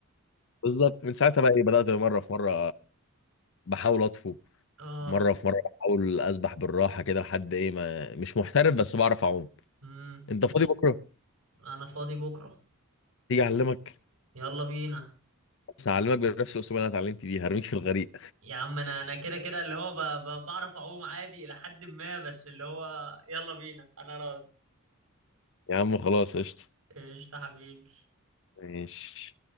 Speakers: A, on the left; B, on the right.
A: بالظبط من ساعتها بقى ايه بدات مره في مره بحاول اطفو
B: اه
A: مره في مره بحاول اسبح بالراحه كده لحد ايه ما مش محترف بس بعرف اعوم
B: امم
A: انت فاضي بكره
B: انا فاضي بكرة
A: تيجي اعلمك
B: يلا بينا
A: بس هعلمك بنفس الاسلوب اللي انا اتعلمت بيه هرميك في الغريق
B: يا عم انا انا كده كده اللي هو ب... ب... بعرف اعوم عادي الى حد ما بس اللي هو يلا بينا انا راضي
A: يا عم خلاص قشطه
B: قشطة حبيبي
A: ماشي